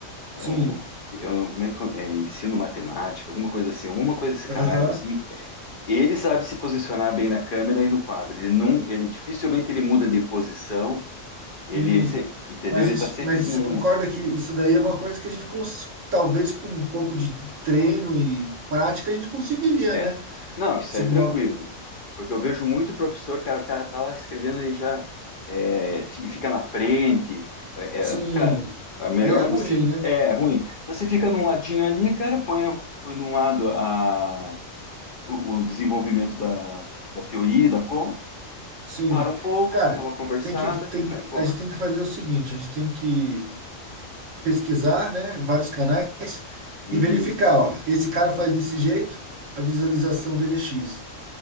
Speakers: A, on the left; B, on the right.
A: é,
B: sim,
A: o- que eu não, como é que eu, é, ensino matemática, alguma coisa assim, alguma coisa desse canais
B: aham,
A: assim. Ele sabe se posicionar bem na câmera e no quadro. Ele não, ele dificilmente ele muda de posição. Ele,
B: sim.
A: se- entendeu?
B: Mas
A: Ele
B: isso,
A: tá sempre
B: mas
A: num,
B: você concorda que isso daí é uma coisa que a gente, cons- talvez com um pouco de treino e prática, a gente conseguiria,
A: É.
B: né?
A: Não, isso
B: Se
A: aí
B: uma-
A: é tranquilo. Porque eu vejo muito professor, cara, o cara tá lá escrevendo e já é, fi- fica na frente. É,
B: Sim,
A: é, cara, é melhor
B: aí é ruim,
A: você.
B: né?
A: É ruim. Então você fica num ladinho ali, cara, põe, põe de um lado a, o, o desenvolvimento da, da teoria, da conta,
B: Sim.
A: para um pouco,
B: Cara,
A: dá uma conversada
B: tem que, tem
A: e vai
B: que,
A: embora.
B: a gente tem que fazer o seguinte, a gente tem que pesquisar, né, vários canais
A: Uhum,
B: e verificar, ó, esse cara faz desse jeito, a visualização dele é X,